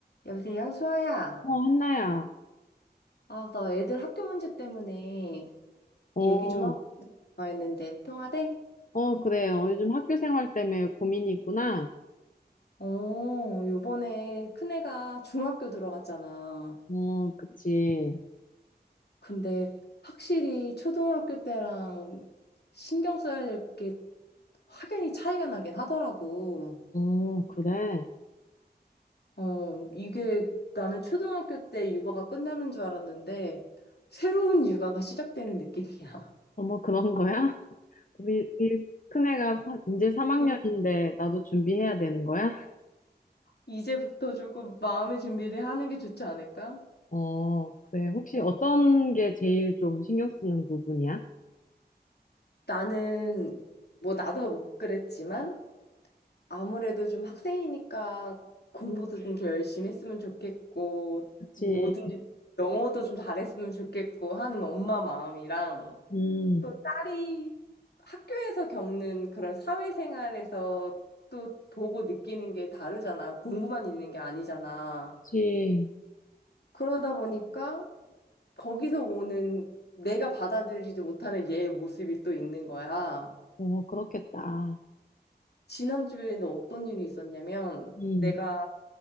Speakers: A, on the left; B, on the left.
A: 여보세요, 수아야.
B: 어, 한나야.
A: 아, 나 애들 학교 문제 때문에
B: 어,
A: 얘기 좀 하고 싶어 했는데 통화돼?
B: 어, 그래. 어, 요즘 학교 생활 때문에 고민이 있구나.
A: 어, 요번에 큰애가 중학교 들어갔잖아.
B: 어, 그치.
A: 근데 확실히 초등학교 때랑 신경 써야 될 게 확연히 차이가 나긴 하더라고.
B: 어, 그래.
A: 어, 이게 나는 초등학교 때 육아가 끝나는 줄 알았는데 새로운 육아가 시작되는 느낌이야.
B: 어, 머 그런 거야? 우리, 우리 큰애가 사- 이제 3학년인데
A: <laughs> 응.
B: 나도 준비해야 되는 거야?
A: 이제부터 조금 마음의 준비를 하는 게 좋지 않을까?
B: 어, 그래. 혹시 어떤 게 제일 좀 신경 쓰는 부분이야?
A: 나는 뭐 나도 뭐 못 그랬지만 아무래도 좀 학생이니까 공부도 좀 더 열심히 했으면 좋겠고
B: 그치.
A: 뭐든지 영어도 좀 잘했으면 좋겠고 하는 엄마 마음이랑
B: 음,
A: 또 딸이 학교에서 겪는 그런 사회생활에서 또 보고 느끼는 게 다르잖아. 공부만 있는 게 아니잖아.
B: 그치.
A: 그러다 보니까 거기서 오는 내가 받아들이지 못하는 얘의 모습이 또 있는 거야.
B: 어, 그렇겠다.
A: 지난주에는 어떤 일이 있었냐면
B: 음,
A: 내가